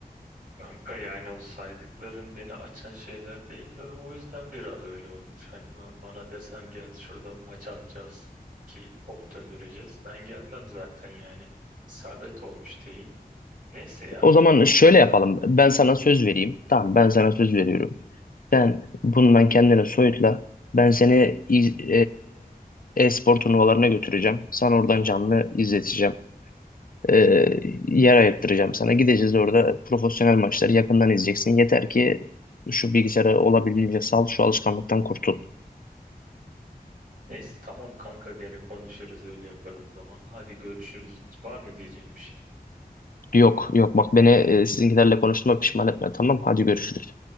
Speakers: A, on the right; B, on the left.
A: Kanka yani o saydıkların beni açan şeyler değil de o yüzden biraz öyle olmuş. Hani ben, bana desen gel şurada maç atacağız ki hop döndüreceğiz. Ben gelmem zaten yani. İsabet olmuş diyeyim. Neyse ya
B: O zaman
A: olmadı.
B: şöyle yapalım. Ben sana söz vereyim. Tamam ben sana söz veriyorum. Sen bundan kendini soyutla. Ben seni iz- e, e-spor turnuvalarına götüreceğim. Sana oradan canlı izleteceğim. e, yer ayırttıracağım sana. Gideceğiz orada profesyonel maçları yakından izleyeceksin. Yeter ki şu bilgisayarı olabildiğince sal, şu alışkanlıktan kurtul.
A: Neyse tamam kanka gene konuşuruz öyle yaparız o zaman. Hadi görüşürüz. Var mı diyeceğim bir şey?
B: Yok yok bak beni e, sizinkilerle konuştuğuma pişman etme tamam. Hadi görüşürüz.